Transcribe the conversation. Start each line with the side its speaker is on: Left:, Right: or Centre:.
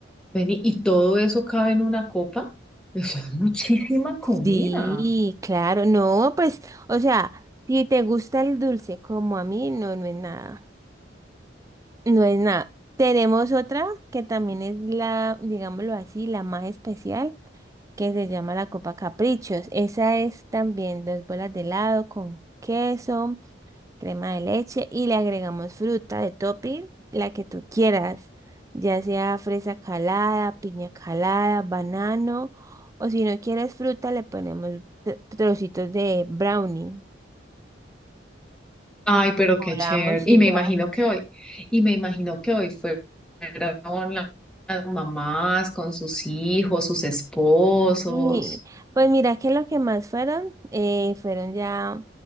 Centre: Vení, y todo eso cabe en una copa. Eso es muchísima comida.
Right: Sí, claro. No, pues, o sea, si te gusta el dulce como a mí, no, no es nada. No es nada. Tenemos otra que también es la, digámoslo así, la más especial, que se llama la Copa Caprichos. Esa es también dos bolas de helado con queso, crema de leche y le agregamos fruta de topping, la que tú quieras, ya sea fresa calada, piña calada, banano, o si no quieres fruta, le ponemos tr- trocitos de brownie.
Centre: Ay, pero
Right: Cobramos
Centre: qué chévere. Y
Right: igual.
Centre: me imagino que hoy, y me imagino que hoy fueron la- las mamás con sus hijos, sus esposos.
Right: Sí, pues mira que lo que más fueron, eh, fueron ya